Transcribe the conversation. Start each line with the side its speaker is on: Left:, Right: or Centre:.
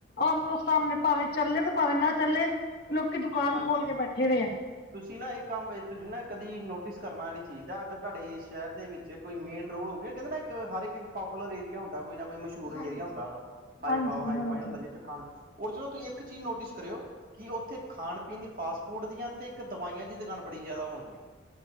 Left: ਆਹਮੋ-ਸਾਹਮਣੇ, ਭਾਵੇਂ ਚੱਲੇ ਤੇ, ਭਾਵੇਂ ਨਾ ਚੱਲੇ ਲੋਕੀ ਦੁਕਾਨ
Right: ਹਾਂਜੀ
Left: ਖੋਲ ਕੇ ਬੈਠੇ ਦੇ ਆ।
Right: ਤੁਸੀਂ ਨਾ, ਇਹ ਕੰਮ ਤੁਸੀਂ ਨਾ ਕਦੀ ਨੋਟਿਸ ਕਰਨਾ ਵਾਲੀ ਚੀਜ਼ ਐ, ਅਗਰ ਤੁਹਾਡੇ ਇਸ ਸ਼ਹਿਰ ਦੇ ਵਿੱਚ ਕੋਈ ਮੇਨ ਰੋਡ ਹੋਵੇ, ਕਹਿੰਦੇ ਨਾ ਇੱਕ ਹਰ ਇੱਕ ਪਾਪੂਲਰ ਏਰੀਆ ਹੁੰਦਾ, ਕੋਈ ਨਾ ਕੋਈ ਮਸ਼ਹੂਰ
Left: ਹਾਂਜੀ
Right: ਏਰੀਆ ਹੁੰਦਾ ਵਾ, ਹਾਈ
Left: ਹਾਂਜੀ
Right: ਪਾ ਹਾਈ
Left: ਹਾਂਜੀ
Right: ਫਾਈ ਹੁੰਦਾ ਜਿੱਥੇ ਖਾਣ, ਔਰ ਚਲੋ ਤੁਸੀਂ ਇੱਕ ਚੀਜ਼ ਨੋਟਿਸ ਕਰਿਓ ਕਿ ਉੱਥੇ ਖਾਣ- ਪੀਣ ਦੀ ਫਾਸਟ ਫੂਡ ਦੀਆਂ ਤੇ ਇੱਕ ਦਵਾਈਆਂ ਦੀ ਦੁਕਾਨ ਬੜੀ ਜਿਆਦਾ ਹੋਣ ਗਈਆਂ